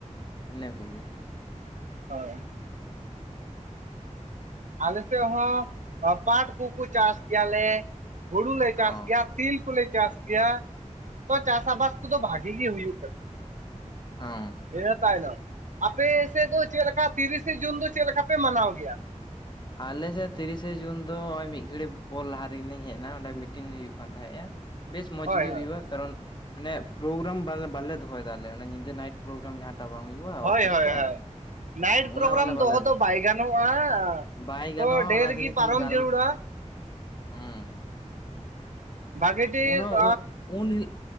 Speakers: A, on the left; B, on the right.
A: ᱤᱱᱟᱹ ᱠᱚᱜᱮ᱾
B: ᱦᱳᱭ ᱟᱞᱮ ᱥᱮᱫ ᱦᱚᱸ ᱯᱟᱴ ᱠᱩᱠᱩ ᱪᱟᱥ ᱜᱮᱭᱟᱞᱮ ᱦᱩᱲᱩ ᱞᱮ ᱪᱟᱥ
A: ᱚ
B: ᱜᱮᱭᱟ᱾ ᱛᱤᱞ ᱠᱚᱞᱮ ᱪᱟᱥ ᱜᱮᱭᱟ ᱛᱚ ᱪᱟᱥ ᱟᱵᱟᱫ ᱠᱚᱫᱚ ᱵᱷᱟᱜᱮ ᱜᱮ ᱦᱩᱭᱩᱜ ᱛᱟᱠᱩᱼᱼ
A: ᱦ <inaudible>
B: ᱤᱱᱟᱹ ᱛᱟᱭᱱᱚᱢ ᱟᱯᱮ ᱥᱮᱫ ᱫᱚ ᱪᱮᱫ ᱞᱮᱠᱟ ᱛᱤᱨᱤᱥᱮ ᱡᱩᱱ ᱫᱚ ᱪᱮᱫ ᱞᱮᱠᱟ ᱯᱮ ᱢᱟᱱᱟᱣ ᱜᱮᱭᱟ?
A: ᱟᱞᱮᱥᱮᱫ ᱛᱤᱨᱤᱥᱮ ᱡᱩᱱ ᱫᱚ ᱱᱚᱜᱚᱭ ᱢᱤᱫ ᱜᱷᱟᱹᱲᱤᱡ ᱯᱚᱨ ᱞᱟᱦᱟ ᱨᱮᱜᱮᱞᱤᱧ ᱦᱮᱡ ᱮᱱᱟ ᱚᱸᱰᱮ ᱢᱤᱴᱤᱝ ᱦᱩᱭᱩᱜ ᱠᱟᱱ ᱛᱟᱦᱮᱫᱼᱟ᱾ ᱵᱮᱥ ᱢᱚᱸᱡᱽ
B: ᱦᱳᱭ
A: ᱜᱮ
B: ᱦᱳᱭ
A: ᱦᱩᱭᱩᱜᱼᱟ ᱠᱟᱨᱚᱱ ᱢᱟᱱᱮ ᱯᱨᱳᱜᱨᱟᱢ ᱵᱟᱞᱮ ᱵᱟᱞᱮ ᱫᱚᱦᱚᱭᱮᱫᱟ ᱟᱞᱮ ᱚᱱᱟ ᱧᱤᱫᱟᱹ ᱱᱟᱭᱤᱴ ᱯᱨᱳᱜᱨᱟᱢ ᱡᱟᱦᱟᱸᱴᱟᱜᱼᱼ ᱴᱟ ᱵᱟᱝ ᱦᱩᱭᱩᱜᱼᱟ᱾
B: ᱦᱳᱭ
A: ᱚᱨᱠᱮᱥᱴᱟᱨ
B: ᱦᱳᱭ ᱦᱳᱭ ᱱᱟᱭᱤᱴ
A: ᱚᱱᱟ
B: ᱯᱨᱳᱜᱨᱟᱢ
A: ᱵᱟᱞᱮ
B: ᱫᱚᱦᱚ
A: ᱵᱟᱞᱮ
B: ᱫᱚ ᱵᱟᱭ ᱜᱟᱱᱚᱜᱼᱟ᱾
A: ᱵᱟᱭ ᱜᱟᱱᱚᱜᱼᱟ
B: ᱛᱚ ᱰᱷᱮᱨ
A: ᱚᱱᱟ ᱛᱮᱜᱮ
B: ᱜᱮ
A: ᱛᱤᱱ
B: ᱯᱟᱨᱚᱢ
A: ᱜᱟᱞ
B: ᱡᱟᱹᱨᱩᱲᱟ
A: ᱦᱩᱸ,
B: ᱵᱷᱟᱜᱤ ᱴᱷᱤᱠ
A: ᱩᱱᱟᱹᱜ ᱩᱱ ᱦᱤᱞ